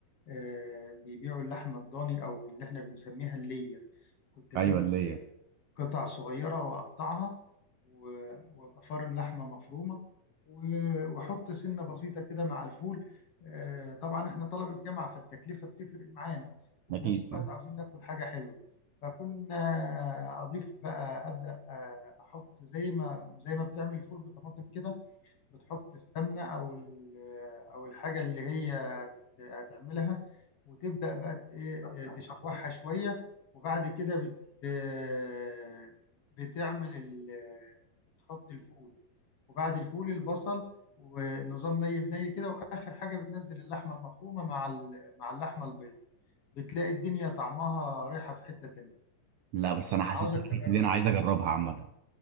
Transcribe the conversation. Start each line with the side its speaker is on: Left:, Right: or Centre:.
Left: آه بيبيعوا اللحمه الضاني او اللي احنا بنسميها الليه كنت اجيب
Right: ايوه اللي هي
Left: قطع صغيرة وأقطعها و- وأبقى فارم لحمة مفرومة و- وأحط سنة بسيطة كده مع الفول آه، طبعا إحنا طلبة جامعة فالتكلفة بتفرق معانا وفي
Right: اكيد
Left: نفس
Right: آه.
Left: الوقت عاوزين ناكل حاجة حلوة فكنا أضيف بقى أبدأ آه، أحط زي ما زي ما بتعمل الفول بطماطم كده بتحط السمنة أو ال- أو الحاجة اللي هي هتعملها وتبدأ بقى ت- إيه، تشوحها شوية وبعد كده بت آه، بتعمل ال... تحط الفول وبعد الفول البصل ونظام ني بني كده وآخر حاجة بتنزل اللحمة المفرومة مع ال... مع اللحمة البيضاء بتلاقي الدنيا طعمها رايحة في حتة تانية
Right: لا بس أنا حاسس
Left: عاوزك
Right: إن الفكرة
Left: تجرب
Right: دي أنا عايز أجربها عامة